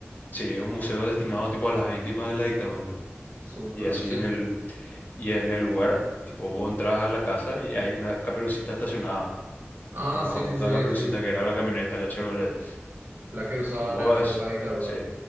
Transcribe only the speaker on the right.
Súper,
sí.
Ah,
sí,
sí, sí,
sí, sí.
La que usaban
en época de dictadura.